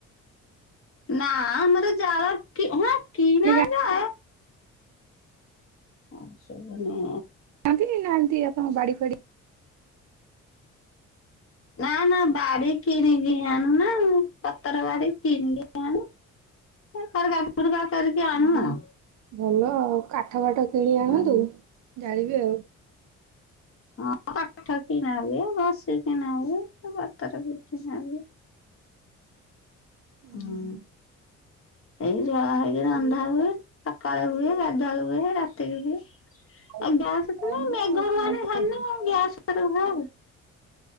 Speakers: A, on the left (about 45°); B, on the right (about 70°).
A: ନା ଆମର ଜାଳ କି ହଁ କିଣା
B: କିଣିକି
A: ନା। <unintelligible> ଶୁଭୁନି।
B: ନାହାନ୍ତି-ନାହାନ୍ତି ଆପଣ ବାଡି ଫାଡି
A: ନା-ନା ବାଡି କିଣିକି ଆଣୁ ନା ପତର ବାଡି କିଣିକି ଆଣୁ। <unintelligible> କରିକି ଆଣୁ
B: ଓହୋ,
A: ଆଉ।
B: ଭଲ ଆଉ କାଠ ଫାଠ କିଣି
A: ଆଉ
B: ଆଣନ୍ତୁ ଜାଳିବି ଆଉ।
A: ହଁ କାଠ କିଣା ହୁଏ ଘସି କିଣା ହୁଏ ପତର ବି କିଣା ହୁଏ।
B: ଓହୋ,
A: ହୁଁ ଏଇ ଜଳା ହେଇକିରି
B: ସେଇଆ
A: ରନ୍ଧା
B: ଆଉ
A: ହୁଏ। ସକାଳେ ହୁଏ ଗାଧୁଆବେଳେ ହୁଏ ରାତିକି ହୁଏ। ଆଉ
B: କଣ
A: ଗ୍ୟାସ୍ ତ
B: ଆଉ
A: ନାହିଁ <unintelligible>
B: କଣ କରିବି।
A: ଗ୍ୟାସ୍ ରେ କରାହୁଏ।